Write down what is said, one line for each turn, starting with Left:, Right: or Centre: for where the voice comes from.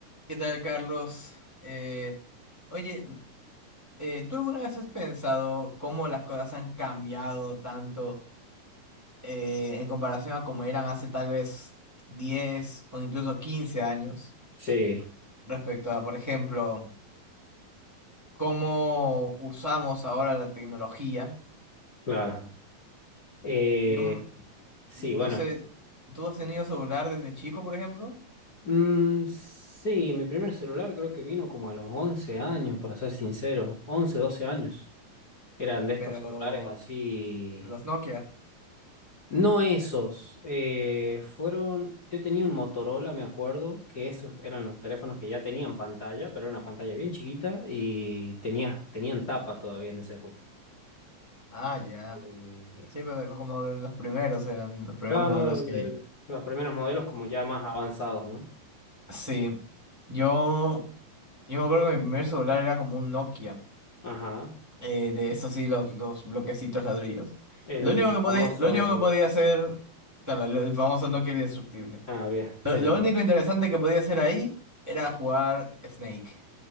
Centre: ¿Qué tal, Carlos? Eh, oye, eh, ¿tú alguna vez has pensado cómo las cosas han cambiado tanto eh, en comparación a cómo eran hace tal vez 10 o incluso 15 años
Left: Sí,
Centre: respecto a, por ejemplo, cómo usamos ahora la tecnología?
Left: claro. Eh,
Centre: Yo m-
Left: sí,
Centre: no
Left: bueno.
Centre: sé, ¿tú has tenido celular desde chico, por ejemplo?
Left: Mm, sí, mi primer celular creo que vino como a los 11 años, para ser sincero. once, doce años. Eran de estos
Centre: Pero
Left: celulares así
Centre: los Nokia.
Left: No esos, eh, fueron, yo tenía un Motorola, me acuerdo, que esos eran los teléfonos que ya tenían pantalla, pero era una pantalla bien chiquita y tenía, tenían tapa todavía en esa época.
Centre: Ah, ya.
Left: Eh,
Centre: Sí, pero como de los primeros eran los primeros
Left: claro,
Centre: modelos
Left: de,
Centre: que...
Left: de los primeros modelos como ya más avanzados, ¿no?
Centre: Sí, yo, yo me acuerdo que mi primer celular era como un Nokia,
Left: Ajá.
Centre: eh, de eso sí, los, los bloquecitos ladrillos.
Left: El
Centre: Lo único que podía,
Left: famoso,
Centre: lo único que podía hacer, claro, el, el famoso Nokia era indestructible.
Left: ah, bien, sí,
Centre: Lo, lo
Left: sí,
Centre: único interesante que podía hacer ahí era jugar Snake.